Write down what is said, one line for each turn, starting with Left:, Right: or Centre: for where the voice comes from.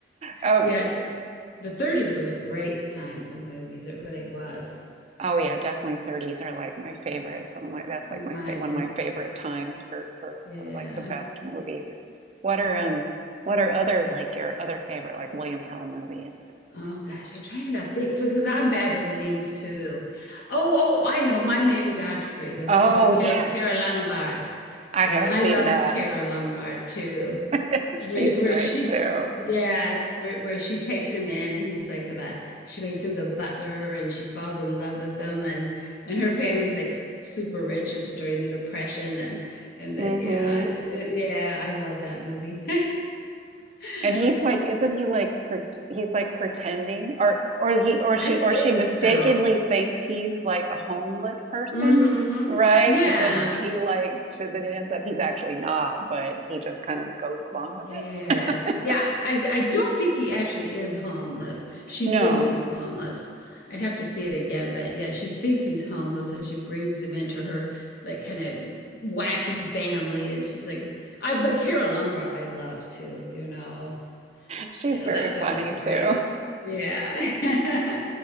Right: um,
Left: yeah. d- The 30s was a great time for movies. It really was.
Right: oh yeah, definitely 30s are like my favorite. Some of my that's like my
Left: Mine,
Right: fa one of my favorite times for for
Left: yeah.
Right: for like the best movies. What are um what are other like your other favorite like William Pell movies?
Left: Oh gosh, I'm trying to think because I'm bad with names too. Oh, oh, I know my man Godfrey with
Right: Oh
Left: with Cara,
Right: yes,
Left: Cara Lombard.
Right: I
Left: Yeah,
Right: have
Left: and
Right: seen
Left: I love
Right: that.
Left: Cara Lombard too.
Right: <laughs>
Left: Where,
Right: She's
Left: where
Right: great
Left: she,
Right: too.
Left: yes, where, where she takes him in and he's like the she makes him the butler and she falls in love with him and and her family's like super rich it's during the Depression and and then
Right: hmm
Left: yeah, it- yeah, I love that movie. <laughs>
Right: And he's like, isn't he like, per he's like pretending, or or he or she
Left: I think
Right: or she mistakenly
Left: so.
Right: thinks he's like a homeless person,
Left: hmm
Right: right?
Left: Yeah.
Right: But then he like, so then it ends up he's actually not, but he just kind of goes along
Left: Yes.
Right: with it. <laughs>
Left: Yeah. I, I don't think he actually is homeless. She
Right: No,
Left: thinks he's homeless. I'd have to see it again, but yeah, she thinks he's homeless and she brings him into her like kind of wacky family and she's like I but Kara Lombard I love too, you know.
Right: she's
Left: Yeah,
Right: very
Left: that
Right: funny
Left: that was great.
Right: too. <laughs>
Left: Yeah. <laughs>